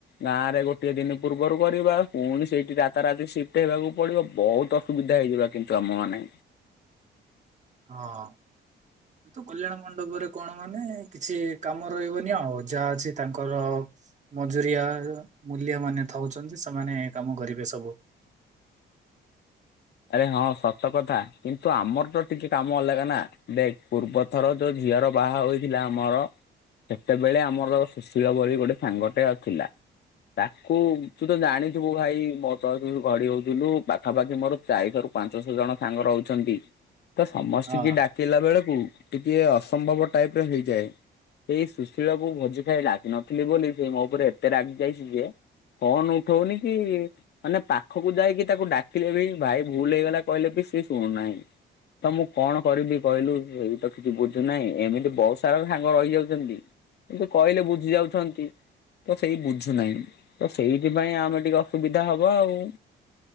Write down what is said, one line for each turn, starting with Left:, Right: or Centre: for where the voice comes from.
Left: ଗାଁ ରେ ଗୋଟିଏ ଦିନି ପୂର୍ବରୁ କରିବା ପୁଣି ସେଇଠି ରାତାରାତି ସିଫ୍ଟୀ ହେବାକୁ ପଡିବ ବହୁତ ଅ। ସୁବିଧା ହେଇଯିବା କିନ୍ତୁ ଆମ ମାନେ।
Right: ହଁ କିନ୍ତୁ କଲ୍ୟାଣ ମଣ୍ଡପରେ କଣ ମାନେ କିଛି କାମ ରହିବନି ଆଉ। ଯାହା ଅଛି ତାଙ୍କର। ମଜୁରିଆ ମୂଲିଆ ମାନେ ଥାଉଛନ୍ତି ସେମାନେ କାମ କରିବେ ସବୁ।
Left: ଆରେ ହଁ ସତ କଥା କିନ୍ତୁ ଆମର ତ ଟିକେ କାମ ଅଲଗା ନା ଦେ ପୂର୍ବରୁ। ଥର ଯୋଉ ଝିଅର ବାହା ହୋଇଥିଲା ଆମର। ସେତେବେଳେ ଆମର ସୁଶୀଳ ବୋଲି ଗୋଟେ ସାଙ୍ଗଟେ ଅଥିଲା। ତାକୁ ତୁ ତ ଜାଣିଥିବୁ ଭାଇ ମୋ ତ ଯୁ ଘଡି ହଉଥୁଲୁ ପାଖାପାଖି ମୋର। ଚାରିଶହ ରୁ ପାଞ୍ଚଶହ ଜଣ ସାଙ୍ଗ ରହୁଛନ୍ତି ତ ସମସ୍ତି
Right: ହଁ
Left: କି ଡାକି। ହେଲା ବେଳକୁ ଟିକେ ଅସମ୍ଭବ ଟାଇପିରେ ହେଇଯାଏ। ଏଇ ସୁଶୀଳ କୁ ଭୋଜି ଖାଇ ଡକନଥିଲି ବୋଲି ସେ ମୋ ଉପରେ ଏତେ ରାଗି ଯାଇଛି ଯେ। ଫୋନ୍ ଉଠଉନି କି, ମାନେ ପାଖକୁ ଯାଇକି ତାକୁ ଡାକିଲେ ବି ଭାଇ ଭୁଲ ହେଇଗଲା କହିଲେ ବି ସିଏ ଶୁଣୁନାହିଁ। ତ ମୁଁ କଣ କରିବି କହିଲୁ, ଏଇ ତ କିଛି ବୁଝୁନାହିଁ ଏମିତି ବହୁତ ସାରା ସାଙ୍ଗ ରହିଯାଉଚନ୍ତି। କିନ୍ତୁ କହିଲେ ବୁଝି ଯାଉଛନ୍ତି। ତ ସେଇ ବୁଝୁନାହିଁ, ତ ସେଇଥିପାଇଁ ଆମେ ଟିକେ ଅସୁବିଧା ହବ ଆଉ।